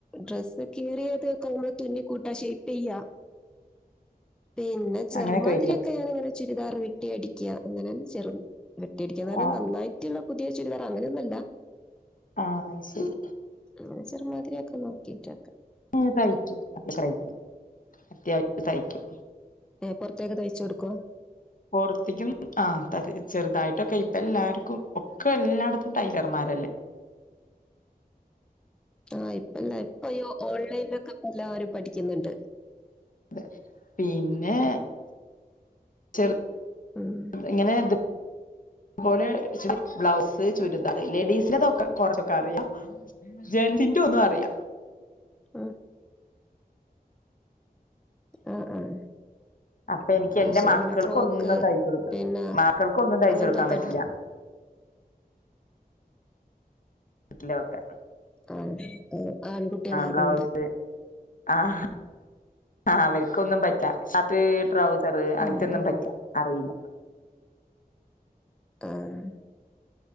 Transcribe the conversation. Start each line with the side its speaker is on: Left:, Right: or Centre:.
Centre: ഡ്രസ് കീറിയതൊക്ക ആവുമ്പോ തുന്നിക്കൂട്ടാ ഷേപ്പെയ്യാ പിന്നെ ചെറുമാതിരിയൊക്കെ
Left: അങ്ങനെയൊക്കെ വരില്ലേ
Centre: ഞാനിങ്ങനെ ചുരിദാർ വെട്ടി അടിക്ക്യാ അങ്ങനെ ചെറു വെട്ടി അടിക്കാന്ന് പറഞ്ഞാ
Left: ആഹ്
Centre: നന്നായിട്ട്ള്ള പുതിയ ചുരിദാറങ്ങനെയൊന്നല്ല
Left: ആഹ് അത് ശരി
Centre: അങ്ങനെ ചെറുമാതിരിയക്ക നോക്കീട്ടക്ക
Left: ആ തയ്ക്കും അ <unintelligible> അത്യാവശ്യം തയ്ക്കും
Centre: ഏ പുറത്തേക്ക് തയ്ച്ചെടുക്കോ
Left: പൊറത്തേക്കും ആ <unintelligible> ചെറുതായിട്ടൊക്കെ ഇപ്പ എല്ലാരിക്കും ഒക്കെ എല്ലാട്ത്തും ടൈലർമാരല്ലേ
Centre: ആഹ് ഇപ്പല്ല ഇപ്പ ഈ ഓൺലൈനിലൊക്കെ ഇപ്പ എല്ലാവരും പഠിക്കുന്നുണ്ട്
Left: അതെ പിന്നെ ചെറു
Centre: ആഹ്
Left: ഇങ്ങനെ ത് തുപോലെ <unintelligible> ബ്ലൗസ് ചുരിദാറ് ലേഡീസ്ൻ്റതൊക്കെ കൊറച്ചൊക്കെ അറിയാ ജൻസിന്റെ ഒന്നു അറിയ
Centre: ആഹ് ആഹ് ആഹ്
Left: അപ്പൊ എനിക്ക് എന്റെ
Centre: അയ്ശെരി
Left: മക്കൾക്ക്
Centre: അങ്ങനെ ഫ്രോക്ക്
Left: ഒന്നും തയ്ച്ചു കൊടുക്കാം
Centre: പിന്ന
Left: മക്കൾക്കൊന്നും തയ്ച്ചു
Centre: അങ്ങനത്തൊക്കെ
Left: കൊടുക്കാൻ പറ്റില്ല
Centre: അടിക്കും
Left: ട്ടിലൊക്കെ
Centre: ആഹ് ഏഹ് ആൺകുട്ടികളാരതൊണ്ട്
Left: ബ്ലൗസ് ആഹ് ആഹാ അവരിക്കൊന്നും പറ്റില്ല അത് ട്രൗസർ അങ്ങനത്തെ
Centre: ആഹ്
Left: ഒന്നും പറ്റില്ല അറിയില്ല.
Centre: ആഹ്